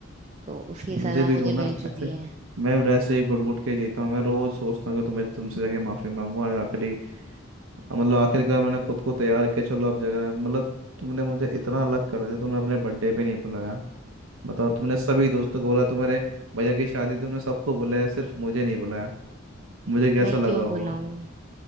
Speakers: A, on the right; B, on the right.
A: तो उसकी सजा
B: मुझे भी
A: मुझे
B: दो ना
A: मिल चुकी
B: ऐसे
A: है
B: मैं वैसे ही घुट घुट के जीता हूँ मैं रोज सोचता हूँ कि तुम्हें तुमसे जगह माफी मांगू आज आखिरी मतलब आखिरकार मैंने खुद को तैयार किया चलो अब जगह मतलब तुमने मुझे इतना अलग कर दिया तुमने अपने बर्थडे पे नहीं बुलाया बताओ तुमने सभी दोस्तों को बोला तुम्हारे भैया की शादी तुमने सबको बुलाया सिर्फ मुझे नहीं बुलाया मुझे कैसा
A: मैं
B: लगा
A: क्यों
B: होगा
A: बुलाऊं